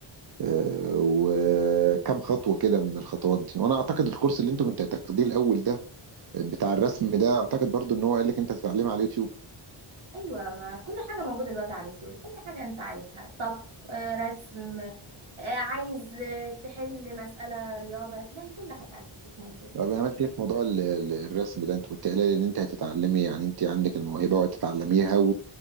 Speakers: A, on the right; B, on the right.
A: آه وكم خطوه كده من الخطوات دي وانا اعتقد الكورس اللي انت كنت هتاخديه الاول ده بتاع الرسم ده اعتقد برضو ان هو قال لك انت تتعلمه على اليوتيوب
B: أيوة ما كل حاجة موجودة دلوقتي على اليوتيوب أي حاجة أنت عايزها طبخ آه، رسم آه، عايز آه، تحل مسألة رياضة هتلاقي كل حاجة على اليوتيوب موجودة
A: طب عملت ايه في موضوع ال- ال- الرسم ده انت كنت قايله لي ان انت هتتعلمي يعني انت عندك الموهبه وهتتعلميها و...